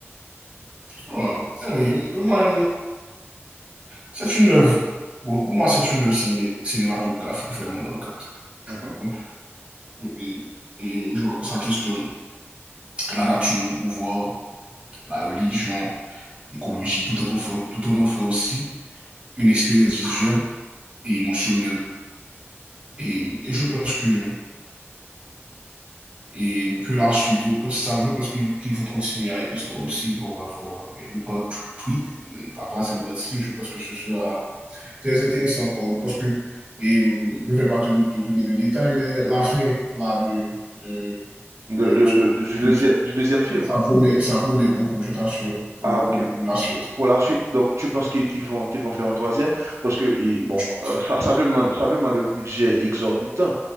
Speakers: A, on the right; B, on the right.
A: Ouais, eh oui, moi, c'est une œuvre. bon, pour moi, c'est une œuvre ciné- cinématographique vraiment marquante. Je
B: Mhm.
A: comprends. Et, et je- ça questionne la nature du pouvoir, la religion, l'écologie, tout en offrant, tout en offrant aussi une expérience visuelle et émotionnelle. Et, et je pense que, et que la suite, comme ça, je pense qu'il qu'il faut continuer à l'histoire aussi. Ils vont avoir le part 3, la troisième partie. Je pense que ce sera très intéressant encore, parce que et, je ne vais pas te, te donner de détails, mais la fin là, de, de,
B: De,
A: de-
B: de, de- de- du deuxième,
A: de-
B: du deuxième film.
A: ça, promet, ça promet beaucoup, je t'assure, pour,
B: Ah, ok.
A: pour, pour la suite.
B: Pour, pour la suite, donc tu penses qu'ils qu'ils vont, qu'ils vont faire un troisième? Parce que, ils- bon,
A: Je pense.
B: euh, ça, ça demande, ça demande un budget exorbitant.